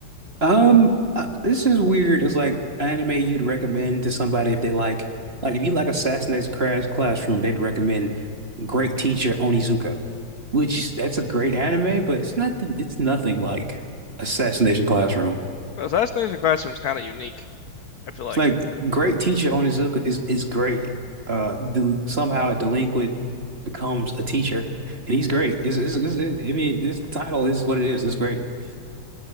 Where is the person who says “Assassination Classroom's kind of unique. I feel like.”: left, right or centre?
Left